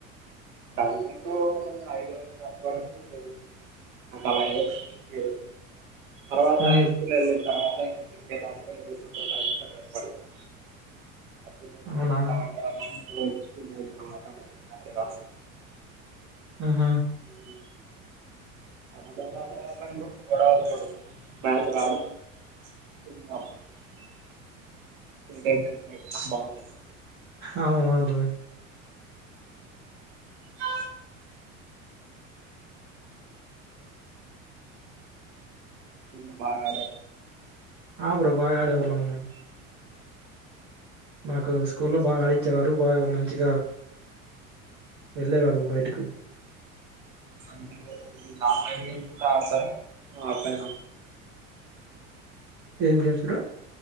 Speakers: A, on the right (about 70°); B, on the right (about 30°).
A: ఇంకా అందరం ఐదో క్లాస్ వరకు చదువుకున్న అంత వరకు లేరు తర్వాత
B: హ్మ్.
A: హై స్కూల్ వెళ్ళిన తర్వాత ఇంకా క్రికెట్అంటే ఎందుకు చాలా ఇష్టం ఏర్పడింది అప్పుడు నుంచి
B: అవునా
A: మేము ఇలా ఆడే వాళ్ళము రోజు స్కూల్ అయిన తర్వాత గ్రౌండ్లో ఆడేవాళ్ళం
B: ఆహా
A: ఉమ్, <unintelligible> <inaudible> <unintelligible>
B: అవునవును బ్రో
A: ఆ ని బాగాడ
B: ఆ ప్రభా ఆడే వెళ్ళ ఉను మాకు స్కూల్ లో బాగా ఆడిచ్చేవారు బాగా మంచి వెళ్ళి వళ్ళం పోయిట్కు
A: అంటే మీరు ఆన్లైన్ గేమ్స్ కూడా ఆడతారా ఆఫలైన్
B: ఏం గేమ్స్రా